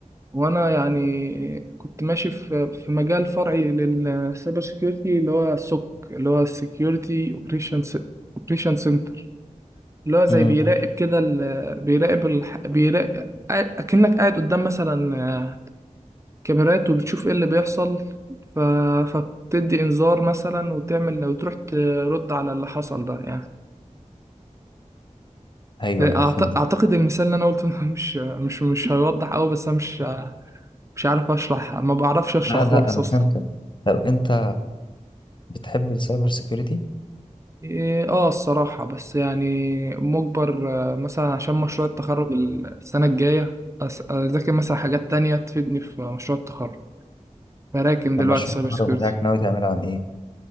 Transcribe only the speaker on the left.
امم
ايوه
ايوه فهمت
لا
لا انا
فهمت طب انت بتحب السايبر سيكيورتي
طب
مشروع
التخرج
بتاعك ناوي تعمله عن ايه